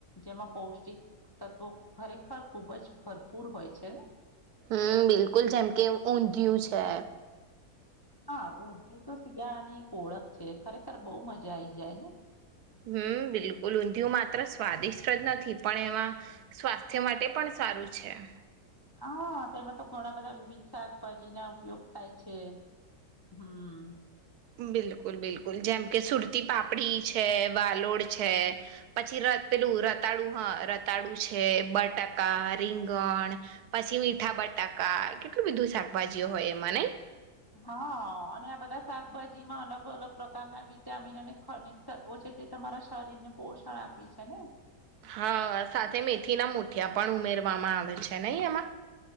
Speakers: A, on the left; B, on the right.
A: જેમાં પૌષ્ટિક તત્વો ખરેખર ખુબ જ ભરપૂર હોય છેને?
B: હમ્મ, બિલકુલ જેમ કે ઊંધિયું છે
A: હા ઊંધિયું તો શિયાળાની ઓળખ છે ખરેખર બહુ મજા આઈ જાય ને?
B: હમ્મ, બિલકુલ ઊંધિયું માત્ર સ્વાદિષ્ટ જ નથી પણ એમાં સ્વાસ્થ્ય માટે પણ સારું છે આ.
A: હા, તેમાં તો ઘણા બધા વિવિધ શાકભાજી ના ઉપયોગ થાય છે. હમ્મ.
B: બિલકુલ, બિલકુલ જેમ કે સુરતી પાપડી છે, વાલોડ છે, પછી રતલું રતાડુ હા રતાડુ છે, બટાકા રીંગણ, પછી મીઠા બટાકા કેટલું બધું શાકભાજીઓ હોય એમાં નહીં?
A: હા અને આ બધા શાકભાજી માં અલગ અલગ પ્રકારના વિટામિન અને ખનીક તત્વો છે તે તમારા શરીર ને પોષણ આપે છે ને?
B: હા, સાથે મેથીના મુઠિયા પણ ઉમેરવામાં આવે છે નહી એમાં?